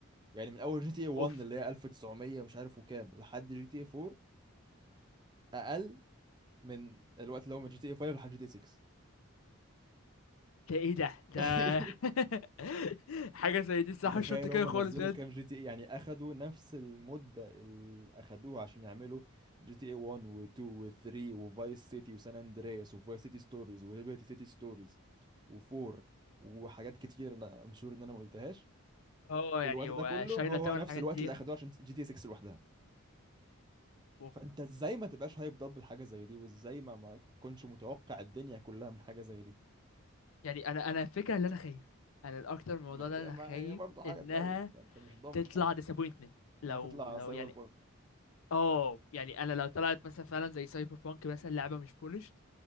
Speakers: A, on the right; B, on the left.
A: يعني من اول جي تي اي 1
B: اوف
A: اللي هي 1900 مش عارف وكام لحد جي تي اي 4 اقل من الوقت اللي هو من جي تي اي 5 لحد جي تي اي 6
B: ده ايه ده ده
A: <laughs>
B: <laughs> حاجة زي دي صح
A: وتخيل
B: مش منطقية
A: هما
B: خالص
A: نزلوا
B: بجد
A: كام جي تي اي يعني اخدوا نفس المدة اللي اخدوها عشان يعملوا جي تي اي 1 و2 و3 وفايس سيتي وسان اندرياس وفايس سيتي ستوريز وليبرتي سيتي ستوريز و4 وحاجات كتير انا مشهور ان انا ما قلتهاش
B: اه يعني
A: الوقت ده
B: وشاينا
A: كله هو
B: تاون
A: هو نفس
B: الحاجات
A: الوقت
B: دي
A: اللي اخدوه عشان جي تي 6 لوحدها
B: اوف
A: فانت ازاي ما تبقاش هايب ضب الحاجه زي دي وازاي ما ما تكونش متوقع الدنيا كلها من حاجه زي دي
B: يعني انا انا الفكرة اللي انا خايف انا الاكتر من الموضوع
A: ما هي
B: ده انا
A: ما
B: خايف
A: هي برضه
B: انها
A: حاجه تخوف يعني انت مش ضامن
B: تطلع
A: حاجه
B: disappointment لو
A: انها تطلع
B: لو
A: سايبر
B: يعني اه يعني انا لو طلعت مثلا فعلا زي سايبر بانك مثلا لعبة مش بولش